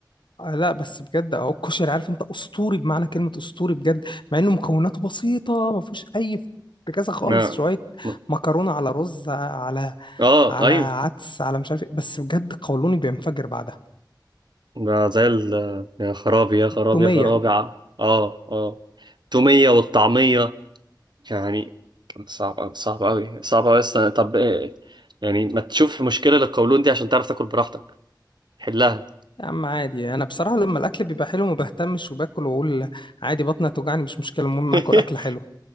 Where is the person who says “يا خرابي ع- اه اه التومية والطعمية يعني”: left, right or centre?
Right